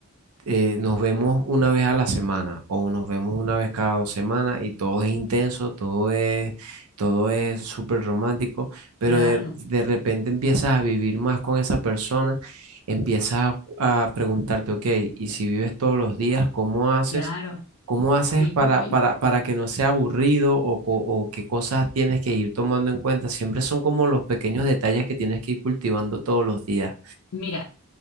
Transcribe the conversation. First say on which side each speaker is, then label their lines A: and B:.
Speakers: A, on the right (about 80°); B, on the left (about 80°).
A: eh, nos vemos una vez a la semana o nos vemos una vez cada dos semanas y todo es intenso, todo es, todo es súper romántico, pero
B: claro.
A: de, de repente empiezas a vivir más con esa persona, empiezas a, a preguntarte, ok, y si vives todos los días, ¿cómo haces?
B: Claro,
A: ¿Cómo haces
B: sí,
A: para,
B: sí.
A: para, para que no sea aburrido o, co- o qué cosas tienes que ir tomando en cuenta? Siempre son como los pequeños detalles que tienes que ir cultivando todos los días.
B: Mira,